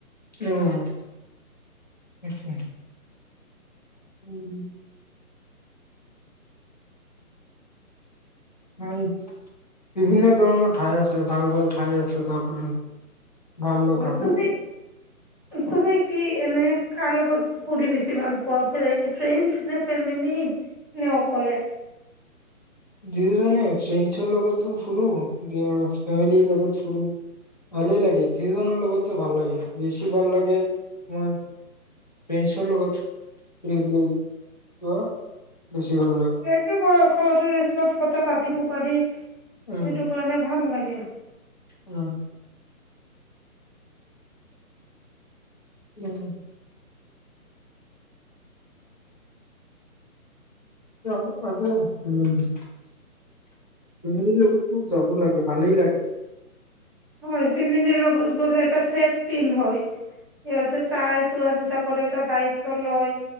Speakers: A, on the left; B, on the right.
A: উম, উমহহো, উম। উম, বিভিন্ন ধৰণৰ ঠাই আছে, ভাল ভাল ঠাই আছে যাবলৈ। ভাল লগা
B: হয় তুমি <unintelligible> তুমি কি এনে কাৰ লগত পদি বেছি ভাল পোৱা, ফ্ৰে-ফ্ৰেণ্ডচ নে ফেমিলি নে অকলে?
A: দুয়োজনে ফ্ৰেণ্ডছৰ লগতো ফুৰো <unintelligible> ফেমিলিৰ লগত ফুৰো, ভালেই লাগে দুয়োজনৰ লগতে ভাল লাগে বেছি ভাল লাগে মই ফ্ৰেনডছৰ লগত ফুৰিবলৈ। <unintelligible> লাগে
B: একে বৰ খৰতেই চব। কথা পাতিব পাৰি। এইটো
A: উম
B: কাৰণে ভাল লাগ। এ
A: উম। উম। এ আমাৰ মাজেৰে। চনদীৰ লগতো যাব লাগে, ভালেই লাগে।
B: হয় ফেমিলিৰ লগত গ'লে এটা চেফ ফিল হয়। সিহঁতে চাই চোৱা-চিতা কৰে, এটা দায়িত্ব লয়।